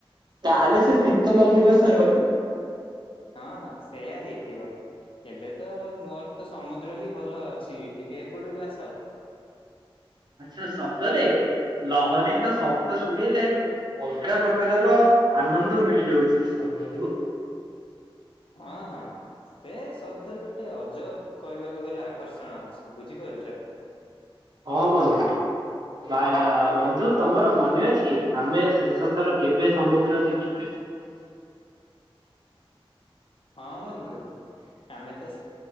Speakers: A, on the right; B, on the left.
A: ତାହେଲେ ସେ ପ୍ରୀତମ ବାବୁଙ୍କର ସାଙ୍ଗ ଥିବେ।
B: ହଁ ହଁ ସେଇୟା ହେଇଥିବ ଏବେ ତ ମୋର ତ ସମୁଦ୍ର ହିଁ ଭଲ ଅଛି।। ଟିକେ ଏପଟକୁ ଆସ।
A: ଆଚ୍ଛା ସତରେ ଲହରୀର ଶବ୍ଦ ଶୁଣିଲେ ଅଲଗା ପ୍ରକାରର ଆନନ୍ଦ ମିଳିଯାଉଛି ସ ବନ୍ଧୁ।
B: ହଁ ହଁ। ସେ ଶବ୍ଦରେ ଗୋଟେ ଅଜବ କହିବାକୁ ଗଲେ ଆକର୍ଷଣ ଅଛି ବୁଝିପାରୁଛ?
A: ହଁ ବନ୍ଧୁ। ବା ବନ୍ଧୁ ତମର ମନେ ଅଛି ଆମେ ଶେଷ ଥର କେବେ ସମୁଦ୍ର ଦେଖି
B: <inaudible> ହଁ ବନ୍ଧୁ ଆମେ ତ